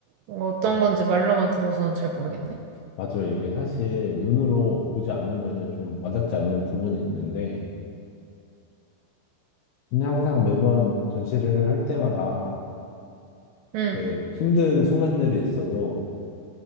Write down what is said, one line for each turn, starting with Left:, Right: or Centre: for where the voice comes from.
Right: 어, 어떤
Left: 음.
Right: 건지 말로만 들어서는 잘 모르겠네.
Left: 맞아요. 이게 사실 눈으로 보지 않으면 좀 와닿지 않는 부분이 있는데, 근데 항상 매번 전시를 할 때마다
Right: 응.
Left: 이렇게 힘든 순간들이 있어도